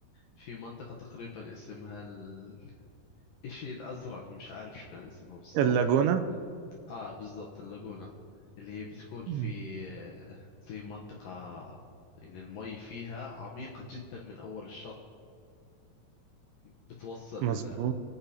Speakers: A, on the left; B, on the right.
A: في منطقة تقريبا اسمها الإشي الأزرق مش عارف شو كان اسمها بالضبط
B: اللاجونة
A: آه بالضبط اللاجونة اللي هي بتكون في
B: مم،
A: آه، زي منطقة يعني المي فيها عميقة جدا من أول الشط بتوصل
B: مظبوط